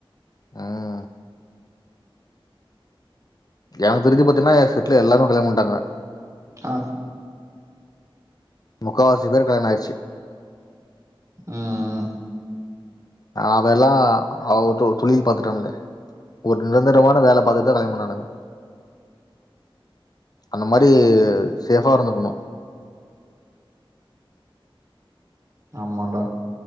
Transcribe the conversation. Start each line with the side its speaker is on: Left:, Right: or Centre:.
Left: ஆ எனக்கு தெரிஞ்சி பாத்தீன்னா ஏ செட்ல எல்லாருமே கல்யாணோ பண்ணிட்டாங்க
Right: ஆ
Left: முக்காவாசி பேர் கல்யாண ஆயிடுச்சி
Right: ம் ம்
Left: அவெல்லா அவர்ட்ட ஒரு தொழில் பாத்துட்டானுங்க ஒரு நிரந்தரமான வேல பாத்துட்டுதா கல்யாணோ பண்ணானுங்க அந்த மாரி சேஃபா இருந்துக்கணு
Right: ஆமாண்டா